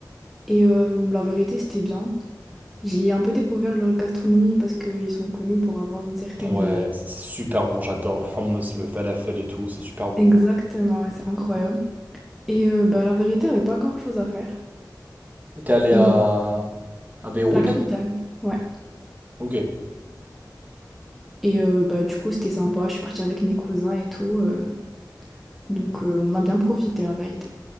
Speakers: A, in the centre; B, on the right.
A: Et euh, la vérité, c'était bien. J'ai un peu découvert leur gastronomie parce qu'ils sont connus pour avoir une certaine...
B: Ouais,
A: euh,
B: c'est super bon, j'adore le hummus, le falafel et tout, c'est super bon.
A: Exactement, ouais, c'est incroyable. Et euh, bah, la vérité, il n'y avait pas grand-chose à faire.
B: Et t'es allé à...
A: Mm.
B: à Beyrouth?
A: À La capitale, ouais.
B: Ok,
A: Et euh, bah, du coup, c'était sympa. Je suis partie avec mes cousins et tout. euh, donc, euh, on a bien profité, la vérité.